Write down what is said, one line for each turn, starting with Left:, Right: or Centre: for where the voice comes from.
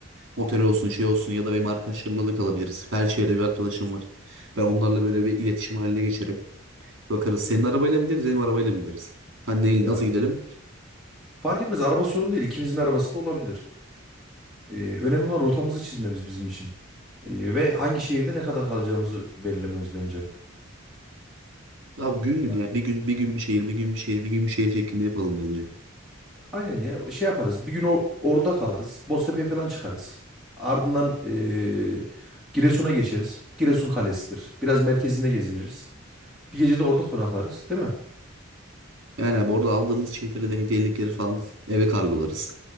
Right: Otel olsun şey olsun ya da benim arkadaşlarımla da kalabiliriz. Her şehirde bir arkadaşım var. Ben onlarla böyle bir iletişim haline geçerim. Bakarız senin arabayla mı gideriz benim arabayla mı gideriz? Hani neyle-
Centre: ya
Right: nasıl gidelim?
Centre: fark etmez araba sorun değil. İkimizin arabası da olabilir. E, önemli olan rotamızı çizmemiz bizim için. E, ve hangi şehirde ne kadar kalacağımızı belirlememiz bence.
Right: Abi gün gün
Centre: Ya,
Right: ya bir gün bir gün bir şehir bir gün bir şehir bir gün bir şehir şeklinde yapalım bence.
Centre: aynen ya şey yaparız. Bir gün or- orada kalırız. Boztepe'ye falan çıkarız. Ardından e, Giresun'a geçeriz. Giresun Kalesi'dir. Biraz merkezinde geziniriz. Bir gece de orada konaklarız, değil mi?
Right: Yani abi orada aldığımız şeyleri de hediyelikleri falan eve kargolarız.